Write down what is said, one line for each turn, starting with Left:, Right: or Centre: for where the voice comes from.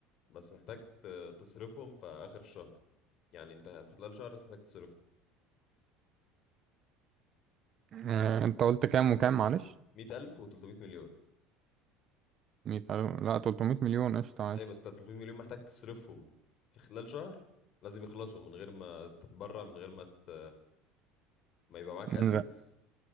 Left: بس محتاج ت- تصرفهم في آخر الشهر يعني أنت خلال شهر محتاج تصرف
Right: آه، انت قلت كام وكام معلش
Left: مية ألف و300 مليون
Right: 100 ألف لا 300 مليون قشطة عادي
Left: أي بس أنت 300 مليون محتاج تصرفهم في خلال شهر لازم يخلصوا من غير ما تتبرع من غير ما ت... ما يبقى معاك
Right: من
Left: أسيتس
Right: غير